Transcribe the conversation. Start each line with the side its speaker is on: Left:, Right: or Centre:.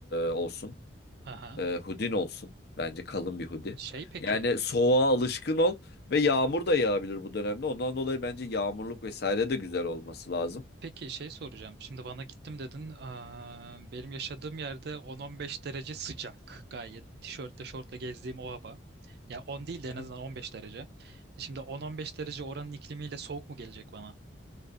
Left: olsun.
Right: Aha.
Left: E, hudin olsun. Bence kalın bir hoodie.
Right: Şey peki.
Left: Yani soğuğa alışkın ol ve yağmur
Right: Aha.
Left: da yağabilir bu dönemde. Ondan dolayı bence yağmurluk vesaire de güzel olması lazım.
Right: Peki şey soracağım. Şimdi Van'a gittim dedin. Aa, benim yaşadığım yerde 10-15 derece sıcak. Gayet tişörtle şortla gezdiğim o hava. Ya 10 değil de en
Left: Aha.
Right: azından 15 derece. E Şimdi 10-15 derece oranın iklimiyle soğuk mu gelecek bana?